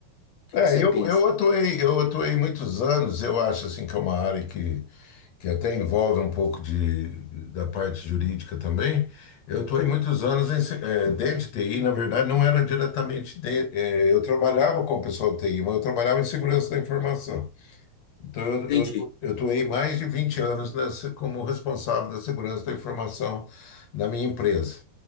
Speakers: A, on the left; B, on the left.
A: o que
B: É,
A: que você pensa?
B: eu, eu atuei, eu atuei muitos anos, eu acho assim que é uma área que que até envolve um pouco de, da parte jurídica também. Eu estou aí muitos anos em, se- eh, dentro de TI, na verdade, não era diretamente. de- eh, eu trabalhava com o pessoal do TI, mas eu trabalhava em segurança da informação. Então,
A: Entendi.
B: eu eu estou aí mais de 20 anos nessa, como responsável da segurança da informação da minha empresa.